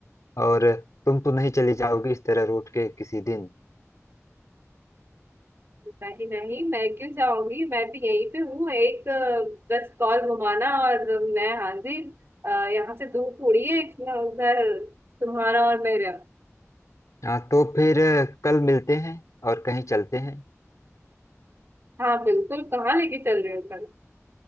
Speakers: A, on the left; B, on the right.
A: और तुम तो नहीं चली जाओगी इस तरह रूठ के किसी दिन
B: नहीं नहीं मैं क्यों जाऊंगी मैं भी यहीं पे हूँ एक अ, बस कॉल घुमाना और मैं हाजिर अ, यहाँ से दूर थोड़ी है इतना उधर तुम्हारा और मेरा
A: हाँ तो फिर कल मिलते हैं और कहीं चलते हैं
B: हाँ बिल्कुल कहाँ लेके चल रहे हो कल